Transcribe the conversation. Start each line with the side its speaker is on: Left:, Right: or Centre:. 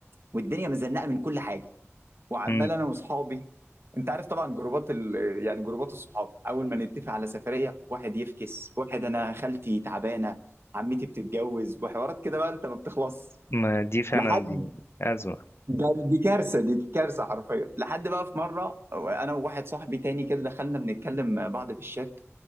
Right: والدنيا مزنقه من كل حاجه وعمال
Left: مم.
Right: انا واصحابي انت عارف طبعا جروبات ال... يعني جروبات الصحاب اول ما نتفق على سفريه واحد يفكس واحد انا خالتي تعبانه عمتي بتتجوز وحوارات كده بقى انت ما بتخلص
Left: ما دي فعلا
Right: لحد
Left: دي أزمة
Right: ده دي كارثه دي كارثه حرفيا لحد بقى في مره انا وواحد صاحبي تاني كده دخلنا بنتكلم بعض في الشات